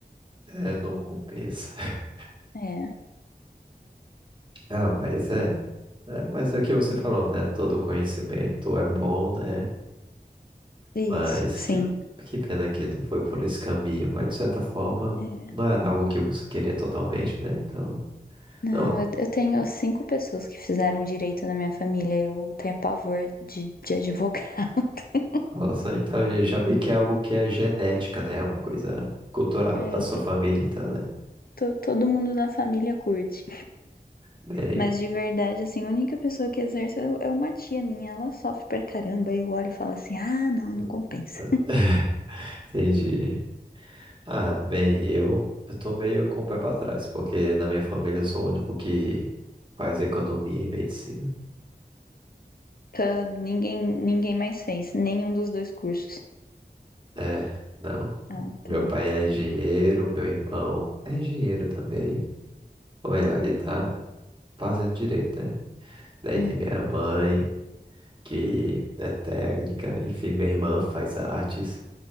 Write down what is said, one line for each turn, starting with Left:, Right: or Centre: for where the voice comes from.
Right: é, não compensa. <laughs>
Left: É,
Right: Ah, mas é, é. Mas é o que você falou, né? Todo conhecimento é bom, né?
Left: isso,
Right: Mas
Left: sim.
Right: que, que pena que não foi por esse caminho. Mas de certa forma,
Left: É.
Right: não era algo que você queria totalmente, né? Então,
Left: Não,
Right: não,
Left: eu, eu tenho cinco pessoas que fizeram direito na minha família. Eu tenho pavor de, de advogado. <laughs>
Right: nossa, então eu já vi que é algo que é genética, né? É uma coisa cultural
Left: É,
Right: da sua família, então, né?
Left: to- Todo mundo da família curte.
Right: Bem,
Left: Mas de verdade, assim, a única pessoa que exerce é é uma tia minha. Ela sofre pra caramba. Eu olho e falo assim, ah, não,
Right: hum,
Left: não compensa.
Right: hum, entendi. Ah, bem, eu, eu tô meio com o pé pra trás, porque na minha família eu sou o único que faz economia e medicina.
Left: Tá, Ninguém, ninguém mais fez, nenhum dos dois cursos.
Right: É, não.
Left: Ah, tá.
Right: Meu pai, ele é engenheiro, meu irmão é engenheiro também. Ou melhor, ele tá fazendo direito, né? Daí
Left: Hum.
Right: tem minha mãe, que é técnica, enfim, minha irmã faz artes.